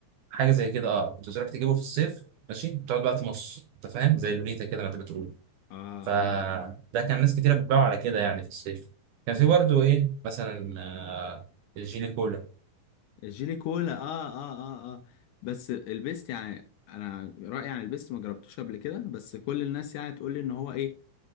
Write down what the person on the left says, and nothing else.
اه
الجيلي كولا اه اه اه اه بس البيست يعني انا رأيي عن البيست ما جربتوش قبل كده بس كل الناس يعني تقول لي ان هو ايه